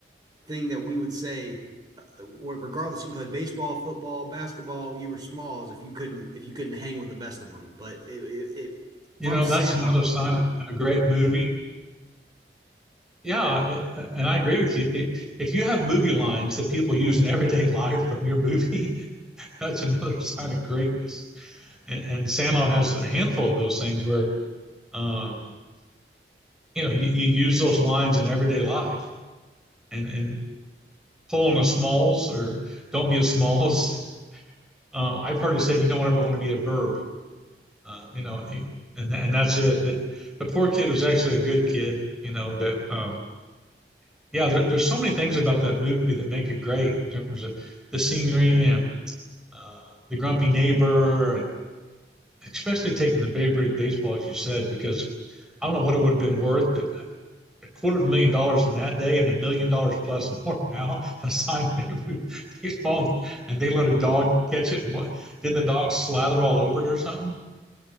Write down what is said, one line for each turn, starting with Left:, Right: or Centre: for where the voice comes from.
Right: thing that we would say, uh, regardless if you played baseball, football, basketball, you were smalls if you couldn't if you couldn't hang with the best of them. But it it, it
Centre: You
Right: from
Centre: know
Right: Sandlot.
Centre: that's another sign of a great movie. Yeah, it- and I agree with you. It, if you have movie lines that people use in everyday <laughs> life from your movie, <laughs> that's another sign of greatness. And, and Sandlot has a handful of those things where, um, you know, you, you use those lines in everyday life and, and pull on a smalls or don't be a smalls. <laughs> Uh, I've heard it said you don't ever want to be a verb, uh, you know, and, and that's it. But the poor kid was actually a good kid, you know, but, um, yeah, there, there's so many things about that movie that make it great in terms of the scenery and uh, the grumpy neighbor and especially taking the Babe Ruth baseball, as you said, because I don't know what it would have been worth, but a quarter of a million dollars in that day and a million dollars plus <laughs> more now A signed Babe Ruth baseball, and
Right: <laughs>
Centre: they let a
Right: Mhm.
Centre: dog catch it, and what didn't the dog slather all over it or something?